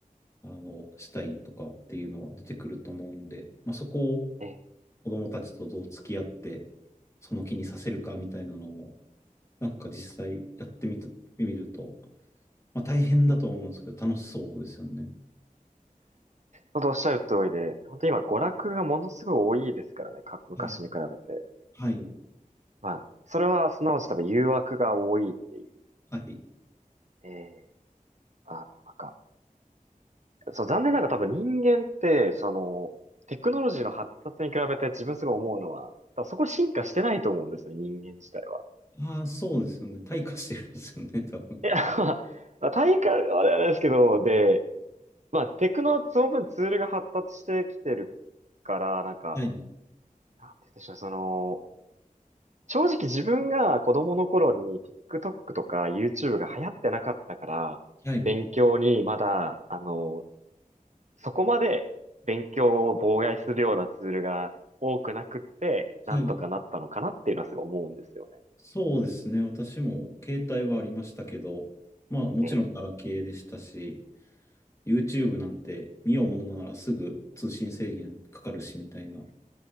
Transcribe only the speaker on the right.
ええ
本当おっしゃる通りで、本当今娯楽がものすごい多いですからね、か昔に比べて。
まあ、それはすなわち多分誘惑が多いっていう
ね、ええあの、なんか、そう、残念ながら多分人間って、その、テクノロジーの発達に比べて自分すごい思うのは、多分そこ進化してないと思うんですよね、人間自体は。
いや、<laughs> まあ、まあ、体感はあれはないですけど、で、まあ、テクノ、その分ツールが発達してきてるから、なんか、
なんて言うんでしょうね、その、正直自分が子供の頃に TikTok とか YouTube が流行ってなかったから、
勉強にまだ、あの、そこまで勉強を妨害するようなツールが多くなくって、なんとかなったのかなっていうのはすごい思うんですよね。
ええ